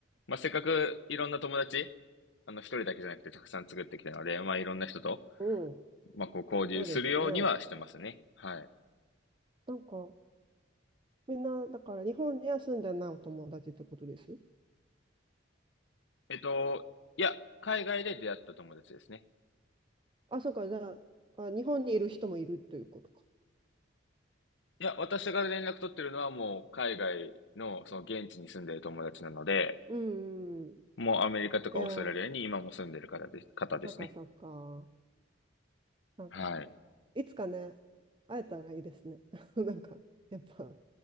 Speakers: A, on the left; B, on the right.
A: まあせっかくいろんな友達、あの一人だけじゃなくてたくさん作ってきたので、まあいろんな人と、
B: うん
A: まあこう交流するようにはしてますね。
B: そうですよね
A: はい。
B: なんかみんなだから日本には住んでないお友達ってことです
A: えっと、いや、海外で出会った友達ですね。
B: あそうかじゃああ日本にいる人もいるということか
A: いや、私が連絡取ってるのはもう海外のその現地に住んでる友達なので、
B: うんうん
A: もうアメリカとかオーストラリアに今も住んでる方です、
B: いや
A: 方ですね。
B: なんかそうかなんか、
A: はい。
B: いつかね、会えたらいいですね。<laughs> なんか、やっぱ、